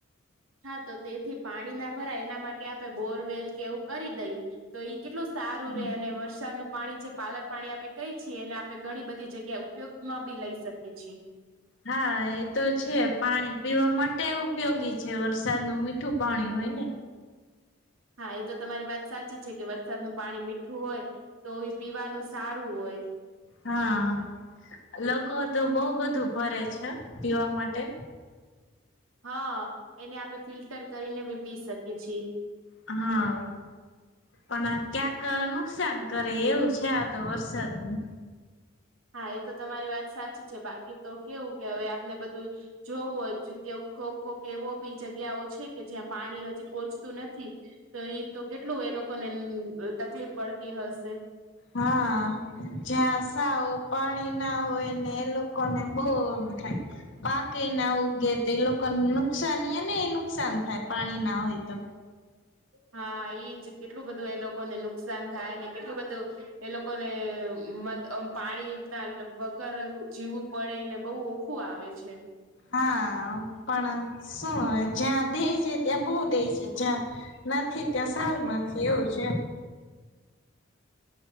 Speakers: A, on the right; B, on the left.
A: હા, તો તેથી પાણી ના ભરાય, એના માટે આપે બોરવેલ કે એવું કરી દઈ. તો એ કેટલું સારું
B: હમ
A: રે, અને વરસાદનું પાણી જે પાલર પાણી આપણે કઈ છીએ, અનેને આપણે ઘણી બધી જગ્યા. ત્યા ઉપયોગ માં ભી લઈ શકે છીએ.
B: હા, એ તો છે, પાણી પીવા માટે ઉપયોગી છે, વરસાદ ન મીઠું પાણી હોય ને.
A: હા, એ તો તમારી વાત સાચી છે કે, વરસાદનું પાણી મીઠું હોય તો એ પીવાનું સારું હોય.
B: હા, લોકો તો બહ બધું ભરે છે, પીવા માટે.
A: હા, એને આપણે બી પી શકીએ છીએ.
B: હા. પણ ક્યાંક નુકસાન કરે એવું છે, આ તો વરસાદ નું
A: હા, એ તો તમારી વાત સાચી છે, બાકી તો કેવું કે, હવે આપને બધું. જોવું કે કોઈ કોઈક એવો જગ્યાઓ છે. કે પાણી પોહોચતું નથી. તો એઈ તો કેટલું એ લોકોને તકલીફ પડતી હશે.
B: હા, જ્યાં સાવ પાણી ના હોય ને એ લોકો. કોને બહુ એમ થાય. પાકે એ ના ઉગે તો, એ લોકોને નુકસાનનીય એ નુકસાન થાય પાણી ના તો.
A: હા, એઈજ કેટલું બધું એ લોકોને નુકસાન થાય ને, કેટલું બધું એ લોકો લોકોને પાણી ના વગર જીવવું પડે ને, બહુ ઓખું આવે છે.
B: હા, પણ શું જ્યાં દે છે, ત્યાં બહુ દે છે જ્યાં નથી કે, સારું નથી એવું છે.